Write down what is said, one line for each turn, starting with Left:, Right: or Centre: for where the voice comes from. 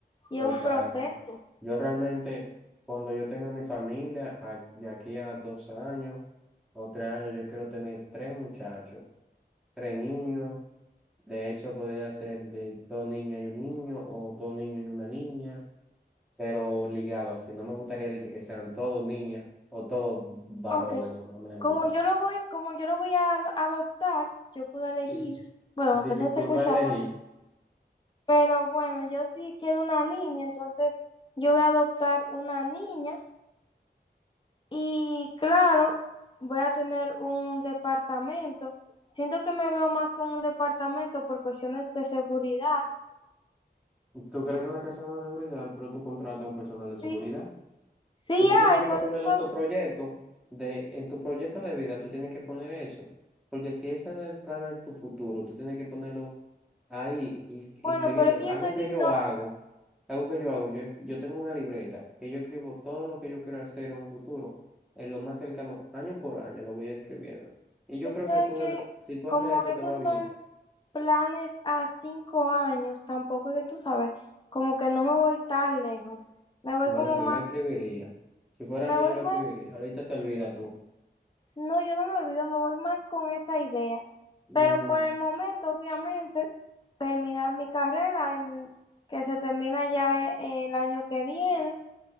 Left: y
Centre: por
Left: es un
Centre: parte.
Left: proceso.
Centre: Yo realmente, cuando yo tenga mi familia, a- de aquí a dos años o tres años, yo quiero tener tres muchachos, tres niños. De hecho, podría ser de dos niñas y un niño, o dos niños y una niña, pero ligado así. No me gustaría de que, que sean todos niñas o todos varones,
Left: Ok,
Centre: no, no me gusta.
Left: Como yo lo voy, como yo lo voy a al- adoptar, yo puedo elegir,
Centre: <laughs>
Left: bueno,
Centre: De
Left: que
Centre: que
Left: eso
Centre: tú
Left: se escucha
Centre: vas a elegir.
Left: amor, pero bueno, yo sí quiero una niña, entonces yo voy a adoptar una niña y claro, voy a tener un departamento. Siento que me veo más con un departamento por cuestiones de seguridad.
Centre: Tú crees que en la casa no hay seguridad, pero tú contratas a un personal de seguridad.
Left: Sí, sí
Centre: Eso tú tienes
Left: hay, pero
Centre: que ponerlo
Left: tú sabes,
Centre: en tu proyecto de, en tu proyecto de vida, tú tienes que poner eso. Porque si ese es el plan de tu futuro, tú tienes que ponerlo ahí, is- inscribiéndolo.
Left: bueno, pero es que yo
Centre: Algo
Left: estoy
Centre: que
Left: viendo
Centre: yo hago, algo que yo hago, yo, yo tengo una libreta que yo escribo todo lo que yo quiero hacer en un futuro, en lo más cercano, año por año, lo voy escribiendo. Y yo
Left: Pero
Centre: creo
Left: tú sabes
Centre: que tú
Left: que
Centre: debes, si tú
Left: como
Centre: haces eso,
Left: esos
Centre: te va bien.
Left: son planes a cinco años, tampoco es que tú sabes, como que no me voy tan lejos, me voy
Centre: Bueno,
Left: como
Centre: yo
Left: más,
Centre: lo escribiría. Si fuera
Left: me
Centre: tú,
Left: voy
Centre: yo lo
Left: más,
Centre: escribiría. Ahorita te olvidas tú.
Left: no, yo no me olvido, me voy más con esa idea.
Centre: Mm,
Left: Pero por el momento, obviamente, terminar mi carrera, el- que se termina ya eh, el año que viene,